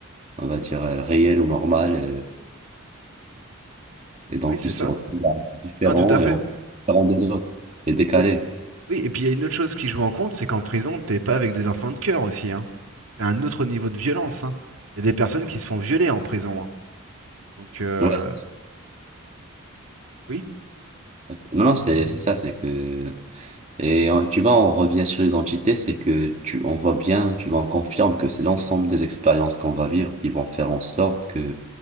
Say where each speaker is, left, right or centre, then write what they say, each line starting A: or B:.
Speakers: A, on the right; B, on the right.
A: on va dire, euh, réel ou normal. euh, Et donc,
B: oui, c'est
A: ils se
B: ça.
A: retrouvent là, différents
B: Non, tout à fait.
A: et en- différents des autres et décalés.
B: Oui, oui, et puis il y a une autre chose qui joue en compte, c'est qu'en prison, t'es pas avec des enfants de cœur aussi, hein. c'est un autre niveau de violence, hein. Il y a des personnes qui se font violer en prison, hein. Donc, euh,
A: Ouais, c'est-
B: oui,
A: Non, non, c'est c'est ça, c'est que... Et euh, tu vois, on revient sur l'identité, c'est que tu, on voit bien, tu vois, on confirme que c'est l'ensemble des expériences qu'on va vivre qui vont faire en sorte que